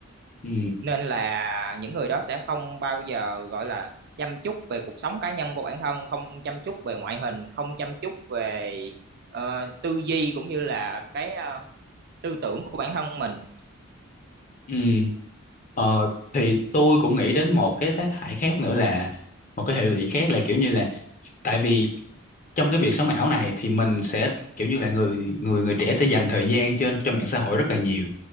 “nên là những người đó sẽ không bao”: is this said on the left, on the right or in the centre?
Right